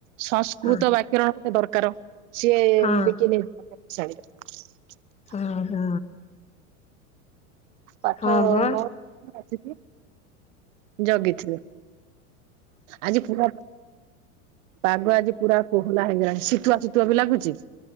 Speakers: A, on the right; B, on the left.
A: ସଂସ୍କୃତ
B: ହଁ
A: ବାକ୍ୟ ବରଣ ଗୋଟେ ଦରକାର ସିଏ
B: ହଁ
A: ବିକି ନେଇ <unintelligible>
B: ଆ ହ।
A: ପାଠ
B: ହଁ ବା
A: ନଅ ଟରୁ ଆସିଲୁ। ଜଗିଥିଲୁ। ଆଜି ପୁର। ପାଗ ଆଜି ପୁରା କୋହଲା ହେଇଗଲାଣି ଶୀତୁଆ ଶୀତୁଆ ବି ଲାଗୁଛି।